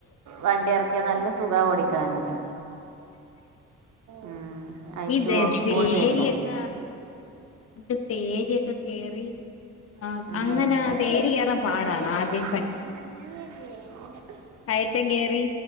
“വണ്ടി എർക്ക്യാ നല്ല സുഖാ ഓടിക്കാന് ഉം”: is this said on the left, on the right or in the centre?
Right